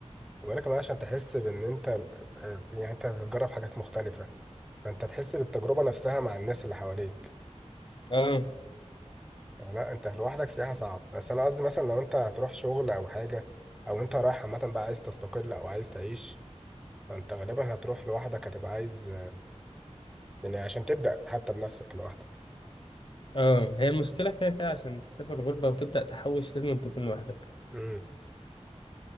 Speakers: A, in the centre; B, on the left.
A: وغير كمان عشان تحس بان انت يعني انت هتجرب حاجات مختلفة فانت تحس بالتجربة نفسها مع الناس اللي حواليك
B: اه
A: يعني لا انت لوحدك سياحة صعب بس انا قصدي مثلا لو انت هتروح شغل او حاجة او انت رايح عامة بقى عايز تستقل او عايز تعيش فانت غالبا هتروح لوحدك هتبقى عايز يعني عشان تبدأ حتى بنفسك لوحدك
B: اه هي المشكله كده كده عشان تسافر غربه وتبدا تحوش لازم تكون لوحدك
A: امم